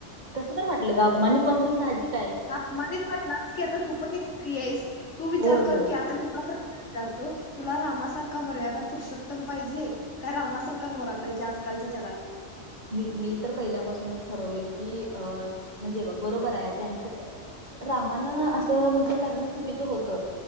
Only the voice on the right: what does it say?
कस तर वाटल ग अपमानित वाटन साहजिकच
होय
होय
मी मी तर पहिल्यापासूनच ठरवलय की अ म्हणजे बघ बरोबर आहे त्यांचं रामानं असं म्हणजे करण चुकीचं होत,